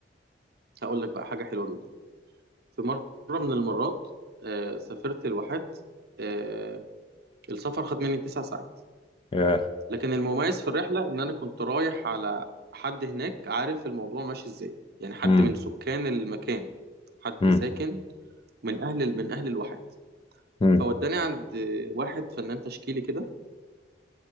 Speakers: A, on the right; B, on the left.
A: هقول لك بقى حاجة حلوة جدا في مرة من المرات آه سافرت الواحات آه السفر خد مني تسع ساعات
B: ياه.
A: لكن المميز في الرحلة إن أنا كنت رايح على حد هناك عارف الموضوع ماشي إزاي يعني حد
B: امم
A: من سكان المكان حد
B: امم
A: ساكن من أهل من أهل الواحات
B: امم
A: فوداني عند واحد فنان تشكيلي كده